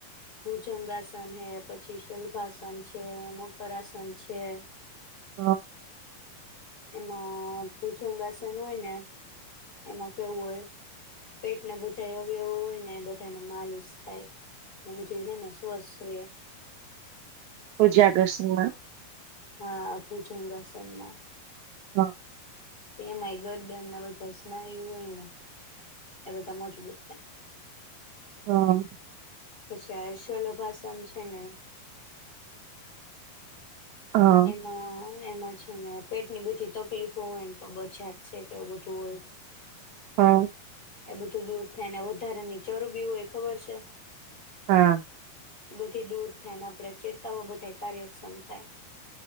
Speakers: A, on the left (about 25°); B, on the right (about 75°).
A: ભુજંગાસન હ પછી, શલ્પાસન છે. મકરસન છે.
B: હા,
A: એમાં ભૂજંગ આસન હોયને, એમાં કેવું હોય પેટના બધા અવયવો હોયને, બધાનો માલિશ થાય ને બધુંને સ્વસ્ રહે.
B: પૂજા ગસમાં.
A: હા, આપું છું, ઘાસનમાં.
B: હ,
A: એ એમાંય ગર્દન બધ સ્નાયુ હોયને એ બધા મજબૂત થાય.
B: હ,
A: પછી, આર્શલોભાસન છે, ને
B: હ હા
A: એમાં એમાં છે. ને પેટની બધી તકલીફો હોય, ને બચાત છે, કે એવું બધું હોય.
B: હ,
A: એ બધું દૂર થાયને વધારાની ચરબી હોય એ ખબર છે?
B: હા.
A: એ બધી દૂર થાયને આપણે ચેતાવ બધા કાર્યક્ષમ થાય